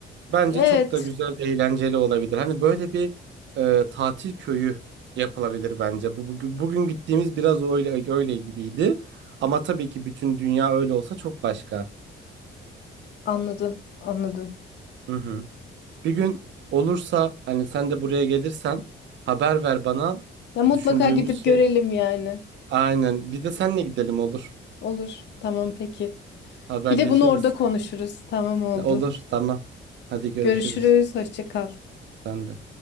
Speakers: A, on the right (about 65°); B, on the left (about 60°).
A: Bence
B: Evet,
A: çok da güzel, eğlenceli olabilir. Hani böyle bir e, tatil köyü yapılabilir bence. Bu bugün, bugün gittiğimiz biraz öyle öyle gibiydi. Ama tabii ki bütün dünya öyle olsa çok başka.
B: anladım, anladım.
A: Hı hı. Bir gün olursa hani sen de buraya gelirsen haber ver bana.
B: Ya mutlaka
A: Düşündüğümüz
B: gidip
A: şey
B: görelim yani.
A: aynen. Bir de senle gidelim olur.
B: Olur. Tamam peki.
A: Haberleşiriz.
B: Bir de bunu orada konuşuruz. Tamam oldu.
A: Olur, tamam. Hadi görüşürüz.
B: Görüşürüz. Hoşça kal.
A: Ben de.